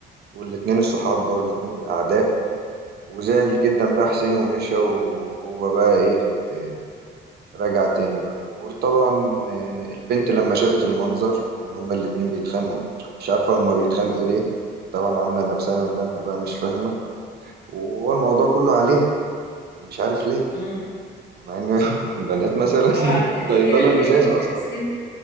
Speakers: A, on the right; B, on the left.
A: والاتنين الصحاب بقى والاتنين الأعداء وزعل جدا بقى حسين ومشى وهو بقى إيه آه، رجع تاني بقى وطبعا آه، البنت لما شافت المنظر ان هما الاتنين بيتخانقوا مش عارفة هما بيتخانقوا ليه طبعا عاملة نفسها من بينها بقى مش فاهمة وهو الموضوع كله عليها مش عارف ليه
B: امم
A: مع ان <laughs> بنات مثلا
B: طبعا
A: <laughs>
B: الحيرة
A: صيدلة
B: تاني
A: لزاز اصلا
B: حسين